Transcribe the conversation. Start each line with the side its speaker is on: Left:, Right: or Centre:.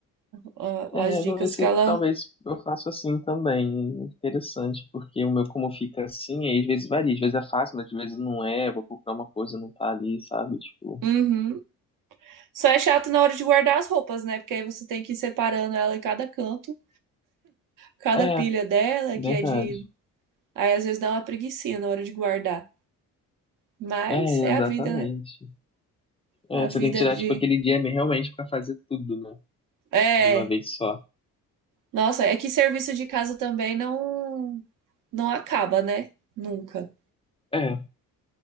Right: Ó,
Left: É,
Right: As dicas
Left: vou ver se
Right: que ela.
Left: talvez eu faça assim também. Interessante, porque o meu como fica assim, aí às vezes varia, às vezes é fácil, às vezes não é, eu vou procurar uma coisa, não tá ali, sabe? Tipo,
Right: Uhum. Só é chato na hora de guardar as roupas, né? Porque aí você tem que ir separando ela em cada canto, cada
Left: é,
Right: pilha dela,
Left: verdade.
Right: que é de. Aí às vezes dá uma preguicinha na hora de guardar. Mas
Left: É,
Right: é
Left: exatamente.
Right: a vida, né? A
Left: É,
Right: vida
Left: você tem que tirar,
Right: de.
Left: tipo, aquele dia mesmo realmente pra fazer tudo, né?
Right: É.
Left: De uma vez só.
Right: Nossa, é que serviço de casa também não não acaba, né? Nunca.
Left: É,